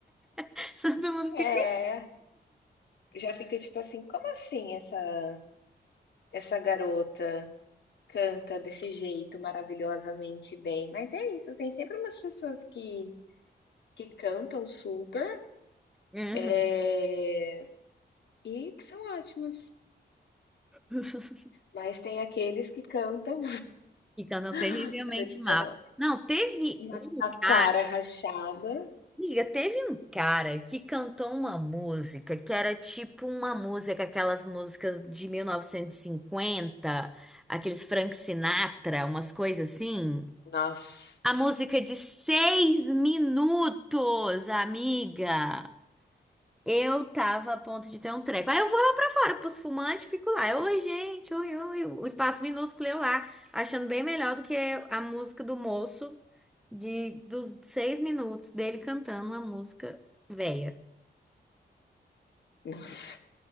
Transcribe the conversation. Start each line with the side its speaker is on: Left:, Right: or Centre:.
Centre: <laughs> Todo mundo
Left: É,
Centre: fica
Left: já fica tipo assim: "Como assim essa essa garota canta desse jeito maravilhosamente bem?". Mas é isso, tem sempre umas pessoas que que cantam super,
Centre: Uhum.
Left: eh, e que são ótimos
Centre: <laughs>
Left: Mas tem aqueles que cantam
Centre: Então não terrivelmente
Left: <laughs> parecendo
Centre: má. Não, teve
Left: uma
Centre: um
Left: taquara
Centre: cara,
Left: rachada.
Centre: amiga, teve um cara que cantou uma música que era tipo uma música, aquelas músicas de 1950, aqueles Frank Sinatra, umas coisas assim.
Left: Nossa,
Centre: A música de seis minutos, amiga. Eu tava a ponto de ter um treco. Aí eu vou lá pra fora, pros fumantes, fico lá. Eu, Oi, gente, oi, oi. O espaço minúsculo eu lá, achando bem melhor do que a música do moço de dos seis minutos dele cantando uma música velha.
Left: nossa.